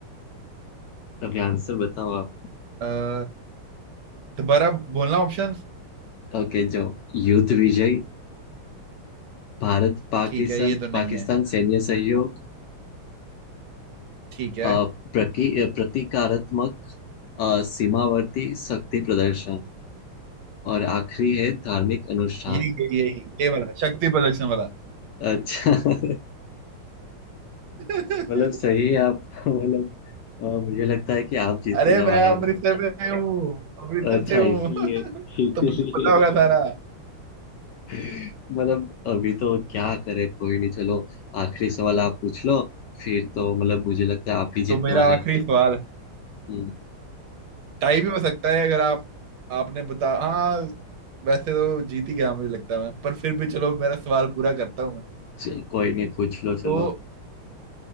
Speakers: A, on the left; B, on the right.
A: अभी आंसर बताओ आप
B: अ, दोबारा बोलना ऑप्शन
A: ओके जो युद्ध विजय भारत पाकिस्तान
B: ठीक है ये तो नहीं
A: पाकिस्तान
B: है
A: सैन्य सहयोग
B: ठीक है
A: अ, प्रकी अ, प्रतीकात्मक अ, सीमावर्ती शक्ति प्रदर्शन और आखिरी है धार्मिक अनुष्ठान
B: यही यही यही ये वाला शक्ति प्रदर्शन वाला
A: अच्छा <laughs>
B: <laughs>
A: मतलब सही है आप <laughs> मतलब अ, मुझे लगता है कि आप जीतने
B: अरे मैं
A: वाले
B: अमृतसर
A: हो
B: में से हूँ अमृतसर
A: तो अच्छा
B: से हूँ
A: इसीलिए
B: <laughs>
A: <laughs>
B: तो मुझे
A: इसीलिए
B: पता होगा सारा
A: मतलब अभी तो क्या करे कोई नहीं चलो आखिरी सवाल आप पूछ लो फिर तो मतलब मुझे लगता है आप ही जीतने
B: तो मेरा
A: वाले
B: आखिरी
A: हो
B: सवाल
A: हम्म
B: टाई भी हो सकता है अगर आप आपने बता हाँ वैसे तो जीत ही गया मुझे लगता है मैं पर फिर भी चलो मेरा सवाल पूरा करता हूँ मैं
A: चल, कोई नहीं पूछ लो चलो
B: तो